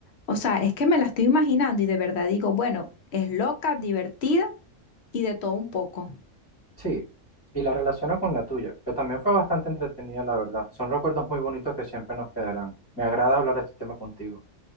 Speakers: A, on the left; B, on the left.
A: O sea, es que me la estoy imaginando y de verdad digo, bueno, es loca, divertida y de todo un poco.
B: Sí, y la relaciono con la tuya, que también fue bastante entretenida, la verdad. Son recuerdos muy bonitos que siempre nos quedarán. Me agrada hablar de este tema contigo.